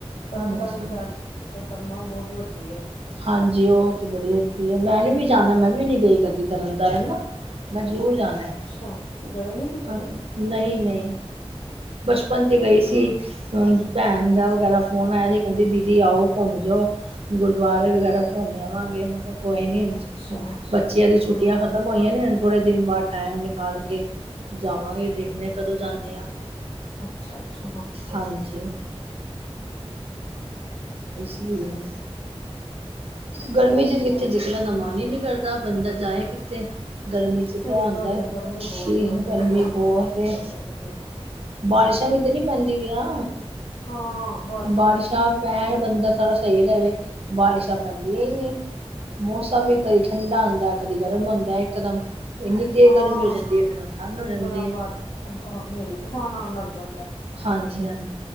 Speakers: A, on the left; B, on the right.
A: ਤਰਨ
B: ਹਾਂਜੀ
A: ਤਾਰਨ ਸਾਹਿਬ ਦੀ ਪਰਿਕਰਮਾ ਬਹੁਤ ਵੱਡੀ ਏ।
B: ਹਾਂਜੀ ਉਹ ਤੇ ਬੜੀ ਵਡੀ ਏ। ਮੈਂਨੇ ਵੀ ਜਾਣਾ ਮੈਂ ਵੀ ਨਹੀ ਗਈ ਕਦੀ ਤਰਨ ਤਾਰਨ ਨਾ। ਮੈਂ ਜ਼ੂਰੂਰ ਜਾਣਾ ਹੈ।
A: ਅੱਛਾ! ਗਏ ਨੀ? ਤੁਸੀਂ
B: ਹਾਂ
A: ਕਦੇ?
B: ਨਹੀਂ ਨਹੀਂ ਬਚਪਨ ਦੀ ਗਈ ਸੀ। ਭੈਣ ਦਾ ਵਗੈਰਾ ਫੋਨ ਆਇਆ ਸੀ, ਕਹਿੰਦੀ ਦੀਦੀ ਆਓ ਘੁੰਮ ਜੋ। ਗੁਰਦੁਆਰੇ ਵਗੈਰਾ ਘੁੰਮਿ ਆਵਾਂਗੇ। ਮਤਲਬ ਕੋਈ ਨੀ,
A: ਅੱਛਾ,
B: ਬੱਚਿਆਂ ਦੀਆਂ ਛੁੱਟੀਆਂ
A: ਹੂੰ,
B: ਖਤਮ ਹੋਈਆਂ ਨੇ ਹ ਥੋੜ੍ਹੇ ਦਿਨ ਬਾਅਦ ਟਾਈਮ ਨਿਕਾਲ ਕੇ ਜਾਵਾਂਗੇ ਦੇਖਨੇ ਹਾਂ ਕਦੋਂ ਜਾਂਨੇ ਆਂ।
A: ਅੱਛਾ ਅਛਾ।
B: ਹਾਂਜੀ। ਇਸ ਲਈ ਆ, ਗਰਮੀ ਚ ਕਿੱਥੇ
A: ਹਾਂ,
B: ਨਿਕਲਣ ਦਾ ਮਨ ਹੀ ਨੀ ਡਰਦਾ ਬੰਦਾ ਜਾਏ ਕਿੱਥੇ? ਗਰਮੀ ਚ
A: ਸਹੀ
B: ਤੇ ਆਉਂਦਾ
A: ਗੱਲ ਹੈ, ਗਰਮੀ
B: ਕਿ
A: ਬਹੁਤ ਐ, ਗਰਮੀ ਚ ਜਾਣ
B: ਬਹੁਤ
A: ਦਾ ਮਨ ਨਹੀਂ
B: ਏ,
A: ਕਰਦਾ ਕਿਧਰੇ।
B: ਬਾਰਿਸ਼ਾਂ ਵੀ ਤਾਂ ਨਹੀਂ ਪੈਂਦੀ ਪਇਆਂ।
A: ਹਾਂ, ਬ
B: ਬਾਰਿਸ਼ਾਂ ਪੈਣ ਬੰਦਾ ਸਾਰਾ ਸਹੀ ਰਵੇ। ਬਾਰਿਸ਼ਾਂ ਪੈਂਦੀਆਂ ਹੀ ਨਹੀਂ। ਮੌਸਮ ਹੀ ਕਦੀ ਠੰਢਾ ਹਉਂਦਾ, ਕਦੀ ਗਰਮ ਹੁੰਦਾ ਇਕਦਮ ਇੰਨੀ ਤੇਜ਼
A: ਹਾਂ-ਹਾਂ,
B: ਗਰਮੀ ਹੋ ਜਾਂਦੀ ਹੈ, ਫਿਰ ਠੰਡ ਹੋ ਜਾਂਦੀ
A: ਇੱਕਦਮ
B: ਹੈ।
A: ਬਾਰ ਹਨੇਰੀ ਤੂਫਾਨ ਆਉਣ ਲੱਗ ਜਾਂਦਾ।
B: ਹਾਂਜੀ ਹਾਂਜੀ!